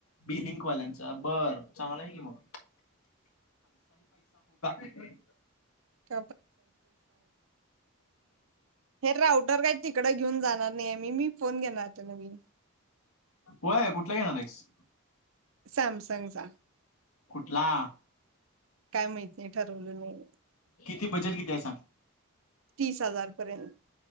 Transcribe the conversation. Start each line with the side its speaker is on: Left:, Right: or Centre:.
Left: बि लिंक वाल्यांचा बर चांगलाय कि मग, <inaudible>
Right: <inaudible> हे राऊटर काय तिकड घेऊन जाणार नाही मी, मी फोन घेणार आता नवीन.
Left: होय कुठला घेणार आहेस?
Right: सॅमसंगचा.
Left: कुठला?
Right: काय मईत नाही ठरवलं नाही.
Left: किती बजट कितीय सांग?
Right: तीस हजार पर्यंत.